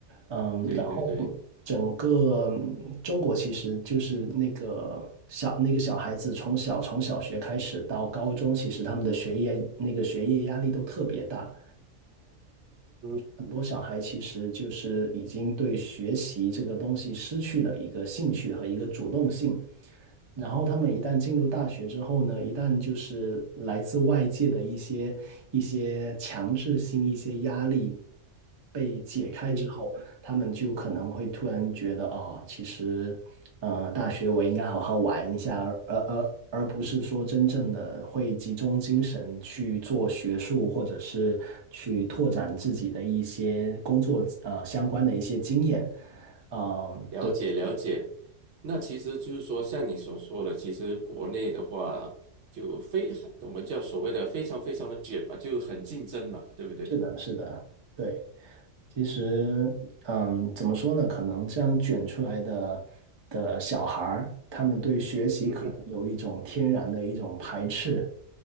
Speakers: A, on the right; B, on the right.
A: 嗯，
B: 对对对，
A: 然后整个嗯中国其实就是那个小那个小孩子从小从小学开始到高中，其实他们的学业那个学业压力都特别大，
B: 嗯
A: 很多小孩其实就是已经对学习这个东西失去了一个兴趣和一个主动性。然后他们一旦进入大学之后呢，一旦就是来自外界的一些一些强制性、一些压力被解开之后，
B: 嗯。
A: 他们就可能会突然觉得，哦，其实，呃，大学我应该好好玩一下，而而而而不是说真正的会集中精神去做学术，或者是去拓展自己的一些工作呃相关的一些经验。嗯，
B: 了解了解，
A: 对，
B: 那其实就是说，像你所说的，其实国内的话就非我们叫所谓的非常非常的卷吧，就很竞争嘛，对不对？
A: 是的，是的，对。其实，嗯，怎么说呢？可能这样卷出来的的小孩儿，他们对学习可能有一种天然的一种排斥，
B: 嗯哼，